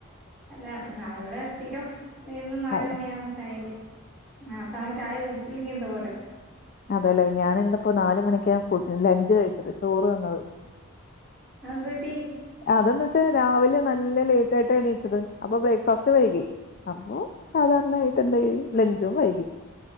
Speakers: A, in the centre; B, on the left (about 40°).
A: അല്ല എന്ന ഇവിടെ സ്ഥിരം എന്നന്ന് നാല
B: അതെ
A: മണിയ ആകുമ്പോ ചായ ഇടും ആ സമയം ചായ പിടിച്ചില്ലെങ്കി എന്താ പോലെ
B: അതെല്ലേ ഞാന ഇന്നിപ്പോ നാല മണിക്ക ഫു് ലഞ്ച് കഴിച്ചത് ചോറ് നിന്നത്
A: അതെന്ത് പറ്റി
B: അതെന്ന വച്ചാ രാവിലെ നല്ല ലേറ്റ് ആയിട്ടാ എണീച്ചത് അ ബ്രേക്ക്ഫാസ്റ്റ് വൈകി അപ്പോ സാധാരണട്ട് എന്ത ലഞ്ച വൈകി